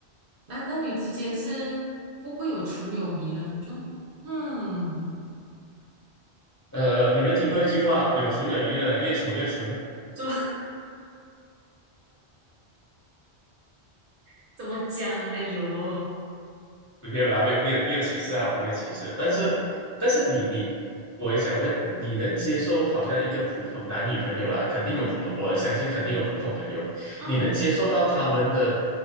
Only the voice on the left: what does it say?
呃，你有没有听过一句话？有纯有余了，越丑越纯
没有啦，没有没有没有歧视啊，我们没有歧视。但是但是你你，我也想问，你能接受好像一个普通男女朋友啦，肯定有普通，
我相信肯定有普通朋友，
你能接受到他们的